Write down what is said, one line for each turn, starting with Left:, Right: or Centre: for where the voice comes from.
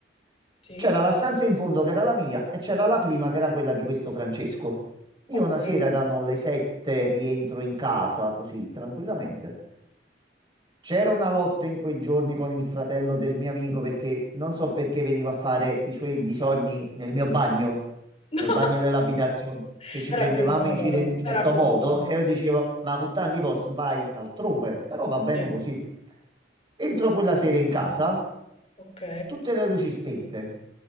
Left: Sì,
Right: C'era la stanza in fondo che era la mia e c'era la prima che era quella di questo Francesco. Io
Left: ok.
Right: una sera erano le sette, rientro in casa così tranquillamente. C'era una lotta in quei giorni con il fratello del mio amico perché non so perché veniva a fare i suoi bisogni nel mio bagno,
Left: <laughs>
Right: nel bagno dell'abitazione, che ci
Left: Era
Right: prendevamo
Left: più comodo,
Right: in giro in un certo
Left: era più
Right: modo
Left: comodo.
Right: e io dicevo, ma con tanti posti vai altrove, però va bene
Left: Sì,
Right: così. Entro quella sera in casa,
Left: ok.
Right: tutte le luci spente.